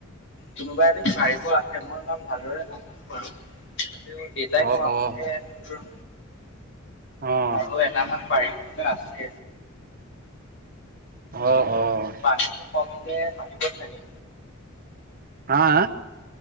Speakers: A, on the left; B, on the right.
A: কোনোবা এবিধ পাৰিব আছে, মই ইমান ভালদৰে নাজানো বাৰু। তথাপিও পিতাই
B: অ
A: কোৱা মতে,
B: অ
A: মোৰো
B: অঁ।
A: আও এটা মান পাৰি থকা আছে।
B: অ, অ।
A: পানীটো কমিলে পাৰিব চাগে।
B: আঁ, আঁ?